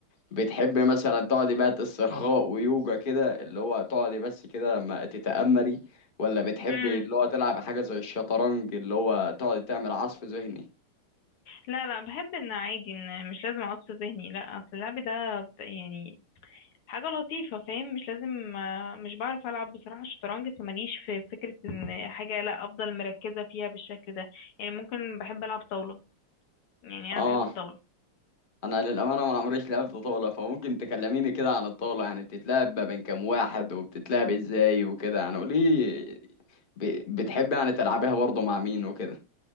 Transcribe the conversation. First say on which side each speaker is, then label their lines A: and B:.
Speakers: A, on the left; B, on the left.
A: بتحب مثلا تقعدي بقى استرخاء ويوجا كده اللي هو تقعدي بس كده ما تتأمري ولا بتحبي
B: امم
A: اللي هو تلعب حاجة زي الشطرنج اللي هو تقعدي تعمل عصف ذهني
B: لا لا بحب ان عادي ان مش لازم اعصف ذهني لا اصل اللعب ده ت- يعني حاجة لطيفة فاهم مش لازم آه، مش بعرف العب بصراحة الشطرنج فماليش في فكرة ان حاجة لا افضل مركزة فيها بالشكل ده يعني ممكن بحب العب طاولة يعني انا
A: اه
B: بحب الطاولة
A: انا للأمانة ما عمريش لعبت طاولة فممكن تكلميني كده عن الطاولة يعني بتتلعب ما بين كام واحد وبتتلعب ازاي وكده يعني قولي ب- بتحبي يعني تلعبيها برضه مع مين وكده